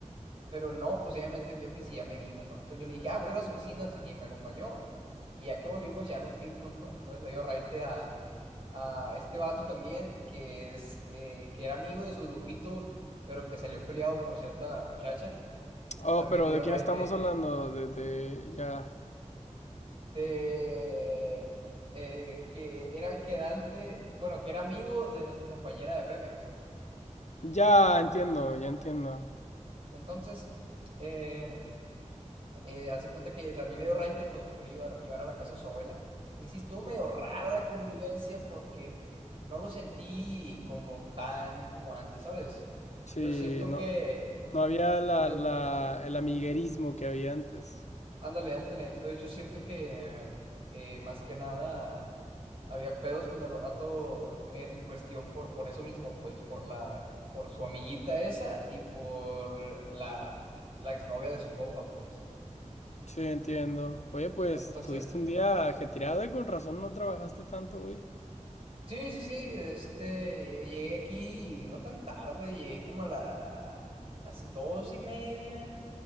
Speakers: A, on the right; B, on the left.
A: Pero no, pues ella me entendió que sí, ya me iba, ¿no? Entonces yo le dije, ah, voy a las oficinas y me acompañó. Y ya que volvimos, ya nos fuimos, ¿no? Entonces le dio raite a, a este vato también, que es, eh, que era amigo de su grupito, pero que salió peleado por cierta muchacha.
B: Oh,
A: También
B: pero
A: le dio
B: ¿de quién
A: raite
B: estamos hablando? De, de- ya.
A: de, eh, que era quedante, bueno, que era amigo de nuestra compañera de Pemex.
B: Ya entiendo, ya entiendo.
A: Entonces, em, Eh, hace cuenta que también le dio raite, pues porque lo iba a llevar a la casa de su abuela. Y sí estuvo medio rara la convivencia porque no lo sentí como tan como antes, ¿sabes?
B: Sí,
A: Yo siento
B: no,
A: que,
B: no había la,
A: yo,
B: la- el amiguerismo que había antes.
A: ándale, ándale, entonces yo siento que eh, más que nada había pedos con el vato eh, en cuestión por, por eso mismo, pues por la, por su amiguita esa y por la, la exnovia de su compa, pues.
B: Sí, entiendo. Oye, pues
A: Entonces
B: tuviste un día ajetreado y con razón no trabajaste tanto hoy.
A: Sí, sí, sí, este, lle- llegué aquí no tan tarde, llegué como a la- las dos y media